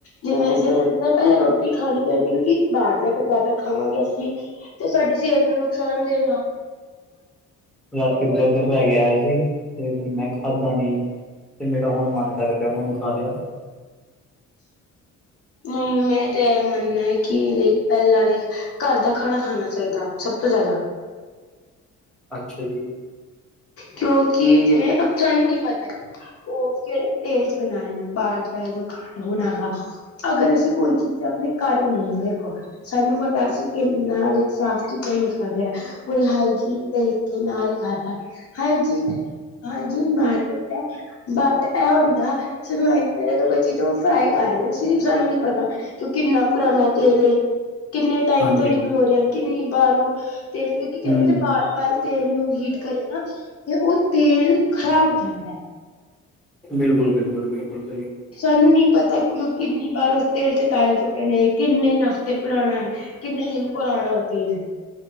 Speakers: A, on the left; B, in the centre.
A: ਜਿਵੇਂ ਸਵੇਰੇ ਉੱਠਦੇਆਂ ਪੈਲੇ ਰੋਟੀ ਖਾਨੀ ਚਾਈਦੀ ਕਿਓਂਕਿ ਬਾਰ ਦਾ ਤਾਂ ਜਾਦਾ ਖਾਵਾਂਗੇ ਅਸੀਂ ਤੇ ਓ ਸਾਡੀ ਸੇਤ ਨੂੰ ਨੁਕਸਾਨ ਦਏਗਾ।
B: ਰਾਤੀ ਬਰਦਰ ਲੈ ਕੇ ਆਇਆ ਸੀ, ਤੇ ਫਿਰ ਮੈਂ ਖਾਧਾ ਨੀ। ਤੇ ਮੇਰਾ ਹੁਨ ਮਨ ਕਰ ਗੇਆ ਮੈਂ ਹੁਨ ਖਾ ਲੇਆ।
A: ਨਈ ਮੈਂ ਤੇ ਐ ਮੰਨਨਾ ਕੀ ਲਾਈਕ ਪੈਲਾਂ ਆਲੇ ਘਰ ਦਾ ਖਾਨਾ ਖਾਨਾ ਚਾਈਦਾ ਸਬ ਤੋਂ ਜਾਦਾ।
B: ਅੱਛਾ ਜੀ।
A: ਕਿਓਂਕਿ ਜਿਵੇਂ ਆਪਾਂ ਨੀ ਪਤਾ ਆ ਓ ਫੇਰ ਤੇਲ ਚ ਬਨਾਏ ਨੇ ਬਾਰ ਜਦੋਂ ਖਾਨਾ ਖੂਨਾ ਹੈਗਾ, ਅਗਰ ਅਸੀਂ ਓਈ ਚੀ ਤੇ ਆਪਨੇ ਘਰ ਬਨੀਆਂ ਹੋਈਆਂ ਵੇਖੋ ਸਾਨੂੰ ਪਤਾ ਅਸੀ ਕਿ ਨਾਲ ਇੱਕ ਸਾਫ਼ ਚੀਜ਼ਾਂ ਕਰ ਰਿਆ ਹੁਨੇ ਹਰ ਚੀਜ਼ ਤਰੀਕੇ ਨਾਲ ਕਰਦਾ ਹਰ ਚੀ ਹਾਂਜੀ ਮਾਰਕੀਟ ਐ, ਬਟ ਐ ਹੁੰਦਾ ਜਿਵੇਂ ਕੋਈ ਨਾ ਕੋਈ ਚੀਜ਼ ਫਰਾਈ ਕਰ ਰਏ ਓਂ ਸਿਰਫ ਸਾਨੂੰ ਨੀ ਪਤਾ ਕੀ ਓ ਕਿੰਨਾ ਪੁਰਾਨਾ ਤੇਲ ਏ ਕਿੰਨੇ ਟਾਈਮ
B: ਹਾਂਜੀ
A: ਤੋਂ ਯੂਜ ਹੋ ਰਿਆ ਕਿੰਨੀ ਬਾਰੋਂ ਤੇਲ ਕਿਓਂਕਿ
B: ਹੂੰ
A: ਕੈਂਦੇ ਨਾ ਬਾਰ ਵਾਲਾ ਤੇਲ ਨੂੰ ਹੀਟ ਕਰੋ ਨਾ, ਤੇ ਓ ਤੇਲ ਖ਼ਰਾਬ ਹੋ ਜਾਂਦਾ।
B: ਬਿਲਕੁਲ-ਬਿਲਕੁਲ-ਬਿਲਕੁਲ।
A: ਸਾਨੂੰ ਨੀ ਪਤਾ ਕੇ ਓ ਕਿੰਨੀ ਵਾਰ ਉਸ ਤੇਲ ਚ ਤਲ ਚੁੱਕੇ ਨੇ ਕਿੰਨੇ ਹਫ਼ਤੇ ਪੁਰਾਨਾ ਐ। ਕਿੰਨੇ ਦਿਨ ਪੁਰਾਨਾ ਓ ਤੇਲ।